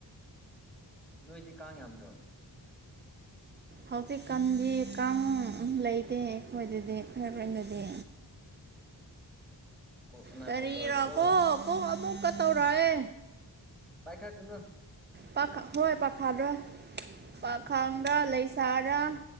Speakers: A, in the centre; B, on the right.
A: ꯅꯣꯏꯗꯤ ꯀꯥꯡ ꯌꯥꯝꯗ꯭ꯔꯣ
B: ꯍꯧꯖꯤꯛꯀꯥꯟꯗꯤ ꯀꯥꯡ ꯂꯩꯇꯦ ꯑꯩꯈꯣꯏꯗꯗꯤ ꯐꯔꯔꯦꯟꯗꯗꯤ
A: ꯑꯣ ꯀꯅꯥ
B: ꯀꯔꯤꯔꯥ
A: ꯀꯣꯜ ꯇꯧꯔꯛꯄ꯭ꯔꯣ
B: ꯀꯣ ꯀꯣ ꯑꯃꯨꯛꯀ ꯇꯧꯔꯑꯦ
A: ꯄꯥꯏꯈꯥ ꯀꯅ
B: ꯄꯥꯥ ꯍꯣꯏ ꯄꯥꯈꯥꯗꯣ
A: ꯎꯝ
B: ꯄꯥꯈꯥꯡꯗ ꯂꯩꯁꯥꯔ